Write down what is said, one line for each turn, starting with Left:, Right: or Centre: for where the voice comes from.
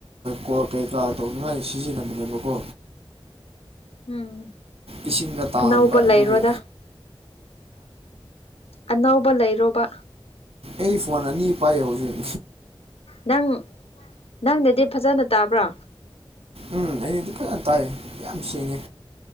Right: ꯀ ꯀꯩꯀꯥ ꯇꯧꯅꯤꯉꯥꯏ ꯁꯤꯖꯤꯟꯅꯕꯅꯦꯕꯀꯣ
Left: ꯎꯝ
Right: ꯏꯁꯤꯡꯗ ꯇꯥꯍꯟꯕ
Left: ꯑꯅꯧꯕ ꯂꯩꯔꯣꯗ
Right: ꯑꯗꯨꯒꯤ
Left: ꯑꯅꯧꯕ ꯂꯩꯔꯣꯕ꯫
Right: ꯑꯩ ꯐꯣꯟ ꯑꯅꯤ ꯄꯥꯏ ꯍꯧꯖꯤꯛ꯫
Left: ꯅꯪ ꯅꯪꯗꯗꯤ ꯐꯖꯅ ꯇꯥꯕ꯭ꯔꯣ꯫
Right: ꯎꯝ ꯑꯩꯗꯤ ꯐꯖꯅ ꯇꯥꯏꯌꯦ ꯌꯥꯝ ꯁꯦꯡꯉꯦ꯫